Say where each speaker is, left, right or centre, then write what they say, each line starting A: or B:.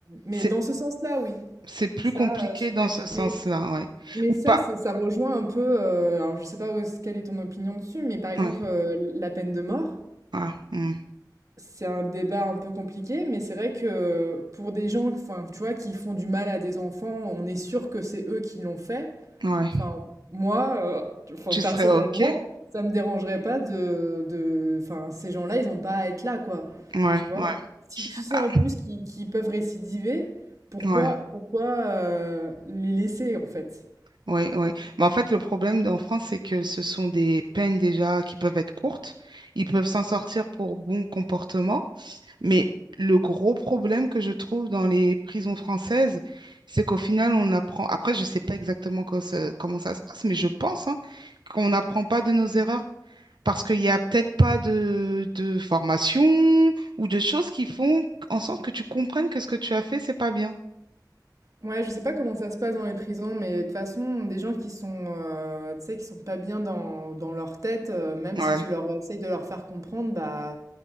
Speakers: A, on the right; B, on the right.
A: mais
B: C'est,
A: dans ce sens-là, oui,
B: c'est plus
A: ça,
B: compliqué
A: euh, je suis
B: dans
A: d'accord.
B: ce sens-là,
A: Mais,
B: oui.
A: mais
B: Ou
A: ça,
B: pas.
A: c'est- ça rejoint un peu, euh, alors je sais pas où- quelle est ton opinion dessus, mais par exemple,
B: Oui.
A: euh, la peine de mort,
B: Ah, hmm,
A: c'est un débat un peu compliqué, mais c'est vrai que pour des gens, enfin, tu vois, qui font du mal à des enfants, on est sûr que c'est eux qui l'ont fait.
B: ouais.
A: Enfin, moi, euh, enfin,
B: Tu
A: personnellement,
B: serais OK?
A: ça me dérangerait pas de, de, enfin, ces gens-là, ils n'ont pas à être là, quoi.
B: Ouais,
A: Tu vois?
B: ouais.
A: Si tu sais
B: Ah,
A: en plus qu'ils qu'ils peuvent récidiver, pourquoi,
B: ouais.
A: pourquoi euh, les laisser, en fait?
B: Oui, oui. Mais en fait, le problème en France, c'est que ce sont des peines déjà qui peuvent être courtes. Ils peuvent s'en sortir pour bon comportement. Mais le gros problème que je trouve dans les prisons françaises, c'est qu'au final, on apprend. Après, je ne sais pas exactement co- ça- comment ça se passe, mais je pense hein, qu'on n'apprend pas de nos erreurs. Parce qu'il n'y a peut-être pas de, de formation ou de choses qui font en sorte que tu comprennes que ce que tu as fait, c'est pas bien.
A: Ouais, je sais pas comment ça se passe dans les prisons, mais de toute façon, des gens qui sont, euh, tu sais, qui sont pas bien dans, dans leur tête, euh, même
B: Ouais,
A: si tu leur essayes de leur faire comprendre, bah,